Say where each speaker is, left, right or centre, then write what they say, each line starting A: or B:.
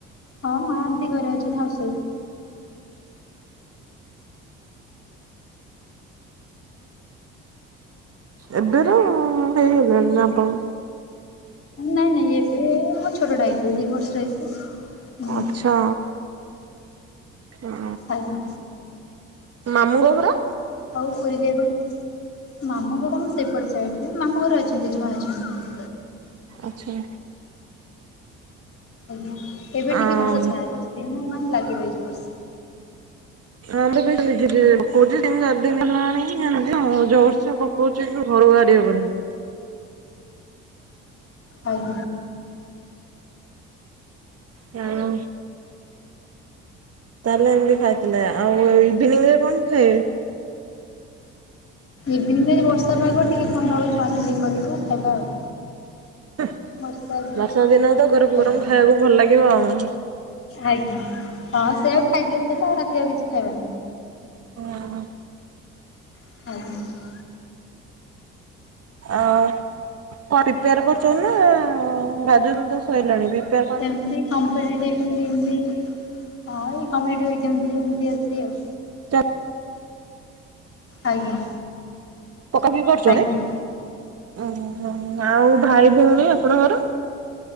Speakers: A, on the left (about 40°); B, on the right (about 45°).
A: ହଁ ମାଆ ଏମତି ଘରେ ଅଛନ୍ତି ହାଉସ ୱାଇଫ୍।
B: ଏବେର ହେଇଗଲାଣି ନା ଆପଣ
A: ନାଇଁ ନାଇଁ ଏବେ ମୁଁ ଛୋଟଟା ହେଇଥିଲି ଦି ବର୍ଷର ହେଇଥିଲି। ହୁଁ
B: ଆଚ୍ଛା ଆ।
A: ଆଜ୍ଞା।
B: ମାମୁଁଙ୍କ ଘର?
A: ଆଉ ପୁରୀ ଯିବା ପାଇଁ ମାମୁଁ ଘର ମୁଁ ସେପଟେ ସାଇଡରେ ମାମୁଁ ଘରେ ଅଛନ୍ତି ଜେଜମା ଅଛନ୍ତି।
B: ଆଚ୍ଛା।
A: ଆଜ୍ଞା ଏବେ
B: ଆଉ
A: ଟିକେ ବର୍ଷା ଛାଡିଚି ଦିନମାନ ଲାଗି ରହିଚି ବର୍ଷା।
B: ଆମେ ବି <unintelligible> ଧୀରେ ପକୋଉଚି ଦିନ ରାତି ଦିନେ ନଆଣିକି ହେମିତି <unintelligible> ଜୋରସେ ପକୋଉଚି କି ଘରୁ ବାହାରି ହବନି।
A: ଆଉ
B: ତେଣୁ ତାହେଲେ ଏମତି ଖାଇଥିଲେ ଆଉ ଇଭିନିଂରେ କଣ ଖାଇବେ?
A: ଇଭିନିଂରେ ଆଜି ବର୍ଷା ପାଗ ଟିକେ କଣ ଭାବୁଚି ଛଣି ଦେଇ କରିବୁ ଖାଇବା ଆଉ।
B: ହେ
A: ବର୍ଷା ଆଜି
B: ବର୍ଷା
A: ଅଛି
B: ଦିନ ତ ଗରମ-ଗରମ
A: ଆଜ୍ଞା
B: ଖାଇବାକୁ ଭଲ ଲାଗିବ ଆଉ।
A: ଆଜ୍ଞା ହଁ ସେଆଉ ଖାଇଥିଲେ ସେଦିନ ଆଉ ରାତିରେ ଆଉ କିଛି ଖାଇବନି।
B: ଉଁ ହୁଁ।
A: <unintelligible>
B: ଆଉ କଣ ପ୍ରିପେୟାର କରୁଛନ୍ତି ନା ଗ୍ରାଜୁଏସନ ତ ସରିଲାଣି ପ୍ରିପେୟାର
A: ଏମିତି କମ୍ପିଟେଟିଭ ଏମିତି ହଁ ଏଇ କମ୍ପିଟେଟିଭି ଏକ୍ଜାମ୍ ଦିଏ ଏମିତି ଅଛି ଆଉ।
B: କଣ
A: ଆଜ୍ଞା
B: ପକା ପକି କରୁଚ
A: ଆଜ୍ଞା
B: ନା? ଓହୋ ଆଉ ଭାଇ ଭଉଣୀ ଆପଣଙ୍କର?